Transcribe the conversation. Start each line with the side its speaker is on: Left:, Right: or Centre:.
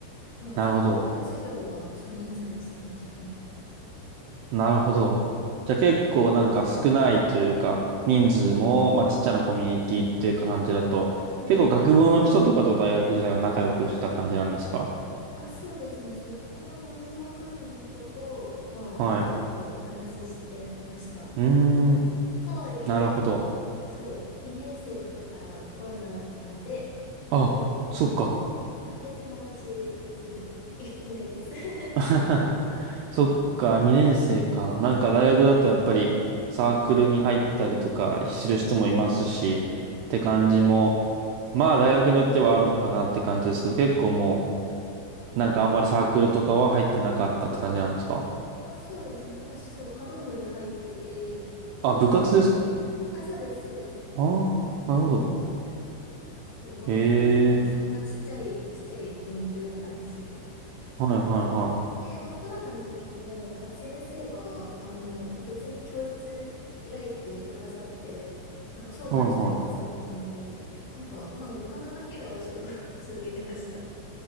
Left: まあ、
Right: なるほど。
Left: その学科の授業は少人数でしたね、基本。
Right: なるほど。じゃあ結構なんか少ないというか、人数も、まあちっちゃなコミュニティっていうか感じだと、
Left: うん。
Right: 結構学部の人とかと大学時代は仲良くしてた感じなんですか
Left: あ、そうですね。そう、他の文学部の子と、まあ、
Right: はい。
Left: ちょっとお話ししてました。
Right: うーん、
Left: そう。とはいえ、
Right: なるほど。
Left: そう、2年生とかからコロナだったので、あんまり、
Right: あ、そっか。
Left: あんまり友達別に <laughs> い、いないです。<laughs>
Right: <laughs> そっか、2年生か。なんか大学だとやっぱりサークルに入ったりとかする人もいますし、
Left: うんうん。
Right: って感じも、まあ大学によってはあるのかなって感じですけど、結構もう、なんかあんまりサークルとかは入ってなかったって感じなんですか
Left: あ、そうですね。私、そう、華道部に入ってて、
Right: あ、部活ですか
Left: あ、そうです、そうです。
Right: ああー、なるほど。
Left: そう、まあ、
Right: え
Left: あの、
Right: え、
Left: そんなちっちゃい、ちっちゃいコミュニティだったんですけど、
Right: はいはいは
Left: そう。で、まあ、コロナの時も、なんか先生が、あの、別に教室開いてくださって、なんか招待してくださってたので、
Right: い。はいは
Left: なんか、まあ、お花だけはちょっと <laughs> 続けてました。